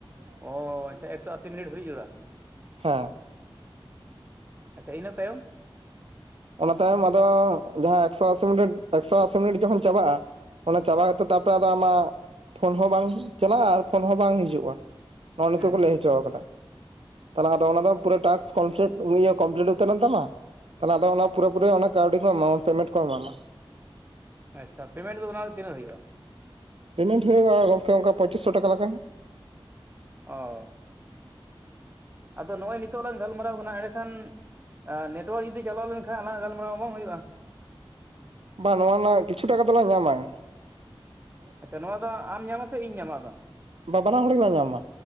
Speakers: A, on the right; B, on the right.
A: ᱚ ᱟᱪᱪᱷᱟ ᱮᱠᱥᱚ ᱟᱥᱤ ᱢᱤᱱᱤᱴ ᱦᱩᱭ ᱡᱟᱹᱲᱩᱲᱟᱹ
B: ᱦᱮᱸ
A: ᱟᱪᱪᱷᱟ ᱤᱱᱟᱹ ᱛᱟᱭᱚᱢ
B: ᱚᱱᱟ ᱛᱟᱭᱚᱢ ᱟᱫᱚ ᱡᱟᱦᱟᱸ ᱮᱠᱥᱚ ᱟᱥᱤ ᱢᱤᱱᱤᱴ ᱮᱠᱥᱚ ᱟᱥᱤ ᱢᱤᱱᱤᱴ ᱡᱚᱠᱷᱚᱱ ᱪᱟᱵᱟᱜᱼᱟ᱾ ᱚᱱᱟ ᱪᱟᱵᱟ ᱠᱟᱛᱮᱫ ᱟᱢᱟᱜ ᱯᱷᱳᱱ ᱦᱚᱸ ᱵᱟᱝ ᱪᱟᱞᱟᱜᱼᱟ, ᱟᱨ ᱯᱷᱳᱱ ᱦᱚᱸ ᱵᱟᱝ ᱦᱤᱡᱩᱜᱼᱟ᱾ ᱱᱚᱜ ᱱᱚᱝᱠᱟ
A: ᱦᱩᱸ
B: ᱠᱚ ᱞᱟᱹᱭ ᱦᱚᱪᱚ ᱠᱟᱫᱟ᱾ ᱛᱟᱦᱮ ᱟᱫᱚ ᱚᱱᱟ ᱯᱩᱨᱟᱹ ᱴᱟᱠᱥ ᱠᱚᱢᱯᱞᱤ ᱠᱚᱢᱯᱞᱤᱴ ᱩᱛᱟᱹᱨᱮᱱ ᱛᱟᱢᱟ ᱛᱟᱞᱮ ᱟᱫᱚ ᱚᱱᱟ ᱯᱩᱨᱟᱹ ᱯᱩᱨᱤᱟᱱᱮ ᱠᱟᱹᱣᱰᱤ ᱧᱟᱢᱟᱭ ᱯᱮᱢᱮᱴ ᱠᱚ ᱮᱢᱟᱢᱟ
A: ᱟᱪᱪᱷᱟ ᱯᱮᱢᱮᱱᱴ ᱫᱚ ᱚᱱᱟ ᱨᱮ ᱛᱤᱱᱟᱹᱜ ᱦᱩᱭᱩᱜ-ᱟ
B: ᱯᱮᱢᱮᱱᱴ ᱦᱩᱭᱩᱜ-ᱟ ᱜᱚᱢᱠᱮ ᱚᱝᱠᱟ ᱯᱚᱸᱪᱤᱥ ᱥᱚ ᱴᱟᱠᱟ ᱞᱮᱠᱟ᱾
A: ᱚ ᱟᱫᱚ ᱱᱚᱜ-ᱚᱭ ᱱᱤᱛᱚᱜ ᱞᱟᱝ ᱜᱟᱞᱢᱟᱨᱟᱣ ᱠᱟᱱᱟ ᱮᱸᱰᱮᱠᱷᱟᱱ ᱟᱨ ᱱᱮᱴᱣᱟᱨᱠ ᱡᱩᱫᱤ ᱪᱟᱞᱟᱣ ᱞᱮᱱᱠᱷᱟᱱ ᱟᱞᱟᱝᱟᱜ ᱜᱟᱞᱢᱟᱨᱟᱣ ᱵᱟᱝ ᱦᱩᱭᱩᱜ-ᱟ
B: ᱵᱟᱝ ᱱᱟᱣᱟ ᱨᱮᱱᱟᱜ ᱠᱤᱪᱷᱩ ᱴᱟᱜ ᱠᱚᱫᱚᱞᱟᱝ ᱧᱟᱢᱟᱭ
A: ᱟᱪᱪᱷᱟ ᱱᱚᱣᱟ ᱫᱚ ᱟᱢ ᱧᱟᱢᱟ ᱥᱮ ᱤᱧ ᱧᱟᱢᱟ ᱟᱫᱚ
B: ᱵᱟ ᱵᱟᱱᱟ ᱦᱚᱲᱞᱟᱝ ᱧᱟᱢᱟ